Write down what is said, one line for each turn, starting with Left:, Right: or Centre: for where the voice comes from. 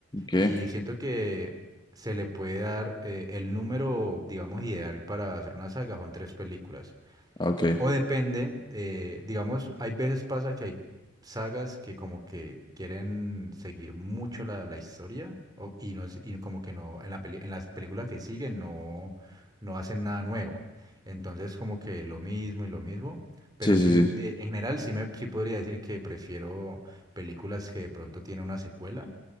Left: qué
Right: y siento que se le puede dar eh, el número, digamos, ideal para hacer una saga, son tres películas.
Left: ok.
Right: O depende, eh, digamos, hay veces pasa que hay sagas que como que quieren seguir mucho la, la historia o- y, no, es- y como que no, en la peli- en las películas que siguen no, no hacen nada nuevo. Entonces como que lo mismo y lo mismo, pero
Left: Sí,
Right: sí,
Left: sí,
Right: m-
Left: sí.
Right: de- en general sí, me, sí podría decir que prefiero películas que de pronto tienen una secuela